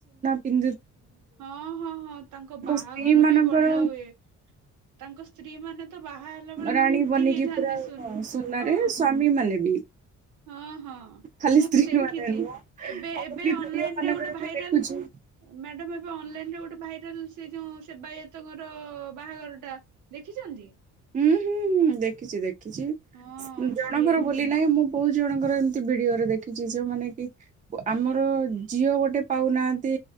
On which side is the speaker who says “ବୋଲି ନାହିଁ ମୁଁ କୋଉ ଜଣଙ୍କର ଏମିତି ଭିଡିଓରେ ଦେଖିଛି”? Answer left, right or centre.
Right